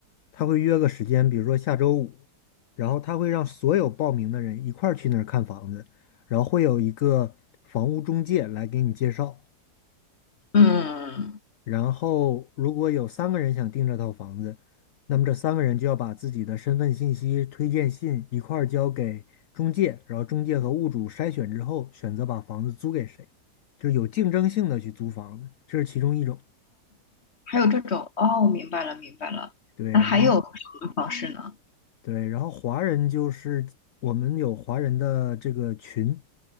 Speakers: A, on the left; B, on the left.
A: 他会约个时间，比如说下周五，然后他会让所有报名的人一块儿去那儿看房子，然后会有一个房屋中介来给你介绍。
B: 嗯，
A: 然后如果有三个人想订这套房子，那么这三个人就要把自己的身份信息、推荐信一块儿交给中介，然后中介和物主筛选之后，选择把房子租给谁，就是有竞争性的去租房子，这是其中一种。
B: 还有这种，哦，明白了，明白了。
A: 对，
B: 那还有什么方式呢？
A: 然后对，然后华人就是我们有华人的这个群，